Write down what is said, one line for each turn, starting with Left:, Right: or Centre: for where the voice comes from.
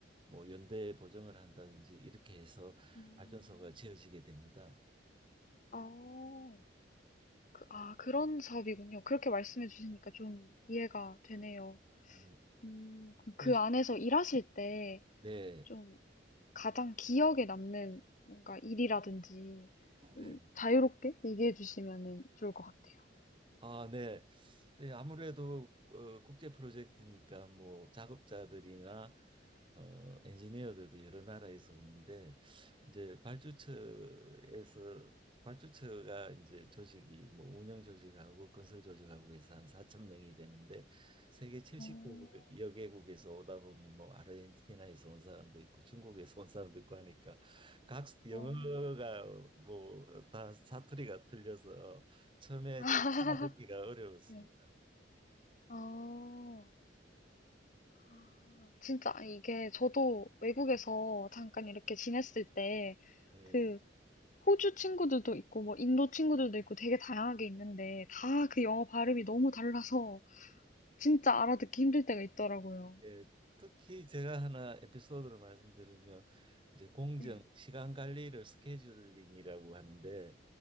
Right: 뭐 연대 보증을 한다든지 이렇게 해서
Left: 음.
Right: 발전소가 지어지게 됩니다.
Left: 아, 그 아 그런 사업이군요. 그렇게 말씀해 주시니까 좀 이해가 되네요.
Right: 네.
Left: 음 그럼
Right: 그래서
Left: 그 안에서 일하실 때
Right: 네.
Left: 좀 가장 기억에 남는 뭔가 일이라든지 좀
Right: 네.
Left: 자유롭게 얘기해 주시면은 좋을 것 같아요.
Right: 아, 네. 예, 아무래도 어, 국제 프로젝트니까 뭐 작업자들이나 어, 엔지니어들도 여러 나라에서 오는데 이제 발주처에서 발주처가 이제 조직이 뭐 운영 조직하고 건설 조직하고 해서 한 4천 명이 되는데 세계 70여
Left: 오,
Right: 개국에서 오다 보니 뭐 아르헨티나에서 온 사람도 있고 중국에서 온 사람도 있고 하니까 각 영어가
Left: 오,
Right: 뭐 다 사투리가 틀려서 처음에
Left: <laughs>
Right: 찾기가 어려웠습니다.
Left: 네. 어. 아, 진짜 아, 이게 저도 외국에서 잠깐 이렇게 지냈을 때
Right: 네.
Left: 그 호주 친구들도 있고 뭐 인도 친구들도 있고 되게 다양하게 있는데 다 그 영어 발음이 너무 달라서 진짜 알아듣기 힘들 때가 있더라고요.
Right: 예, 특히 제가 하나 에피소드를 말씀드리면 이제 공정
Left: 네,
Right: 시간 관리를 스케줄링이라고 하는데